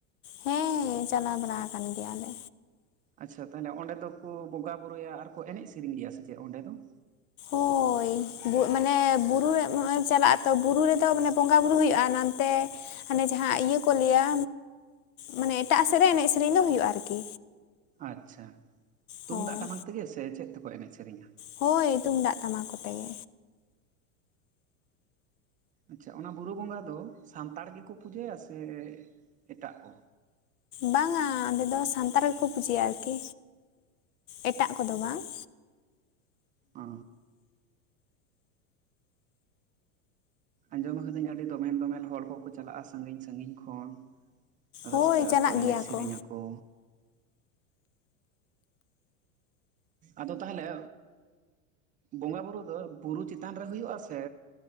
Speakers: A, on the left (about 85°); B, on the right (about 20°).
A: ᱦᱮᱸ ᱪᱟᱞᱟᱣ ᱵᱟᱲᱟᱣ ᱠᱟᱱ ᱜᱮᱭᱟᱞᱮ
B: ᱟᱪᱪᱷᱟ ᱛᱟᱞᱦᱮ ᱚᱸᱰᱮ ᱫᱚᱠᱚ ᱵᱚᱸᱜᱟ ᱵᱩᱨᱩᱭᱟ ᱟᱨ ᱠᱚ ᱮᱱᱮᱡ ᱥᱮᱨᱮᱧ ᱜᱮᱭᱟ ᱥᱮ ᱪᱮᱫ ᱚᱸᱰᱮ ᱫᱚ?
A: ᱦᱳᱭ ᱵᱩ ᱢᱟᱱᱮ ᱵᱩᱨᱩ ᱨᱮ ᱱᱚᱜ-ᱚᱭ ᱪᱟᱞᱟᱜ-ᱟ ᱛᱚ ᱵᱩᱨᱩ ᱨᱮᱫᱚ ᱢᱟᱱᱮ ᱵᱚᱸᱜᱟ ᱵᱩᱨᱩ ᱦᱩᱭᱩᱜᱼᱟ ᱱᱚᱱᱛᱮ ᱦᱟᱱᱮ ᱡᱟᱦᱟ ᱤᱭᱟᱹ ᱠᱚ ᱞᱟᱹᱭᱟ ᱢᱟᱱᱮ ᱮᱴᱟᱜ ᱥᱮᱫ ᱨᱮ ᱮᱱᱮᱡ ᱥᱮᱨᱮᱧ ᱫᱚ ᱦᱩᱭᱩᱜᱼᱟ ᱟᱨᱠᱤ
B: ᱟᱪᱪᱷᱟ ᱛᱩᱢᱫᱟᱜ
A: ᱦᱳᱭ
B: ᱴᱟᱢᱟᱠ ᱛᱮᱜᱮ ᱥᱮ ᱪᱮᱫ ᱛᱮᱠᱚ ᱮᱱᱮᱡ ᱥᱮᱨᱮᱧᱟ?
A: ᱦᱳᱭ ᱛᱩᱢᱫᱟᱜ ᱴᱟᱢᱟᱠ ᱠᱚᱛᱮ ᱜᱮ।
B: ᱟᱪᱪᱷᱟ ᱚᱱᱟ ᱵᱩᱨᱩ ᱵᱚᱸᱜᱟ ᱫᱚ ᱥᱟᱱᱛᱟᱲ ᱜᱮᱠᱚ ᱯᱩᱡᱟᱹᱭᱟ ᱥᱮ ᱮᱴᱟᱜ ᱠᱚ?
A: ᱵᱟᱝᱟ ᱚᱸᱰᱮ ᱫᱚ ᱥᱟᱱᱛᱟᱲ ᱜᱮᱠᱚ ᱯᱩᱡᱟᱹᱭᱟ ᱟᱨᱠᱤ ᱮᱴᱟᱜ ᱠᱚᱫᱚ ᱵᱟᱝ।
B: ᱚ ᱟᱸᱡᱚᱢ ᱟᱠᱟᱫᱟᱹᱧ ᱟᱹᱰᱤ ᱫᱚᱢᱮᱞ ᱫᱚᱢᱮᱞ ᱦᱚᱲ ᱠᱚᱠᱚ ᱪᱟᱞᱟᱜᱼᱟ ᱥᱟᱹᱜᱤᱧ ᱥᱟᱹᱜᱤᱧ ᱠᱷᱚᱱ, ᱨᱟᱹᱥᱠᱟᱹᱜ
A: ᱦᱳᱭ ᱪᱟᱞᱟᱜ
B: ᱟᱠᱚ
A: ᱜᱮᱭᱟ
B: ᱮᱱᱮᱡ ᱥᱮᱨᱮᱧ
A: ᱠᱚ
B: ᱟᱠᱚ। ᱟᱫᱚ ᱛᱟᱦᱚᱞᱮ ᱵᱚᱸᱜᱟ ᱵᱩᱨᱩ ᱫᱚ ᱵᱩᱨᱩ ᱪᱮᱛᱟᱱ ᱨᱮ ᱦᱩᱭᱩᱜ ᱟ ᱥᱮ,